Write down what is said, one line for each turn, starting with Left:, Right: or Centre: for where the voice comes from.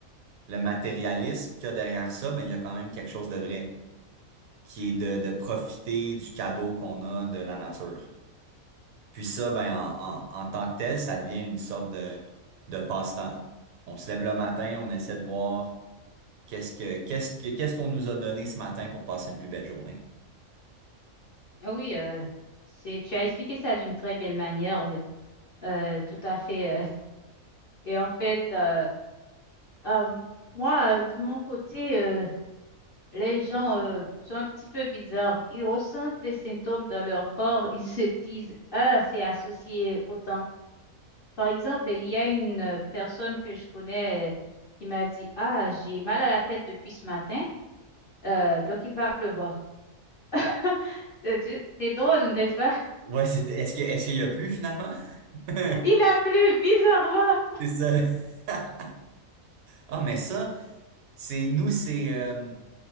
Right: le matérialisme qu'il y a derrière ça, mais il y a quand même quelque chose de vrai qui est de, de profiter du cadeau qu'on a de la nature. Puis ça, ben, en, en, en tant que tel, ça devient une sorte de, de passe-temps. On se lève le matin, on essaie de voir qu'est-ce que, qu'est-ce que, qu'est-ce qu'on nous a donné ce matin pour passer une plus belle journée.
Left: Ah Oui, euh, c'est, tu as expliqué ça d'une très belle manière, euh, euh, tout à fait. euh. Et en fait, euh, euh, moi, de mon côté. euh, Les gens euh, sont un petit peu bizarres. Ils ressentent des symptômes dans leur corps. Ils se disent, ah, c'est associé au temps. Par exemple, il y a une euh, personne que je connais euh, qui m'a dit, ah, j'ai mal à la tête depuis ce matin, euh, donc il va pleuvoir. <laughs> C'est c'est drôle, n'est-ce pas?
Right: Ouais, c'était, est-ce que, est-ce qu'il y a plus finalement? <laughs>
Left: <laughs> Il a plu bizarrement.
Right: C'est ça. là. <laughs> Ah, mais ça, C'est nous, c'est euh,